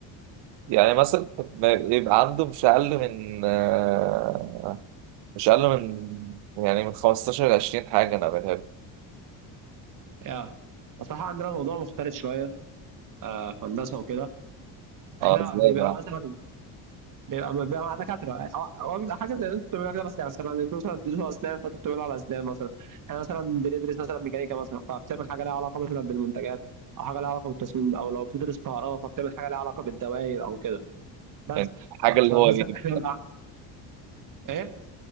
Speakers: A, on the right; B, on the right.
A: يعني مثلا ما يبقى عنده مش اقل من آه، مش اقل من يعني من 15 ل 20 حاجه انا بعملها له
B: يا بصراحه عندنا الموضوع مختلف شويه آه في هندسه وكده
A: اه
B: احنا
A: ازاي
B: بيبقى
A: بقى
B: مثلا بيبقى بيبقى مع دكاترة أو- هو بيبقى حاجة زي اللي انتوا بتعملوها كده بس يعني مثلا انتوا مثلا بتدرسوا أسنان فانتوا بتعملوا على أسنان مثلا احنا مثلا بندرس مثلا ميكانيكا مثلا فبتعمل حاجة لها علاقة مثلا بالمنتجات أو حاجة لها علاقة بالتصميم أو لو بتدرس كهرباء فبتعمل حاجة لها علاقة بالدوائر أو كده بس
A: يعني حاجه
B: ف-
A: اللي
B: فبس
A: هو ايه
B: احنا بنبقى إيه؟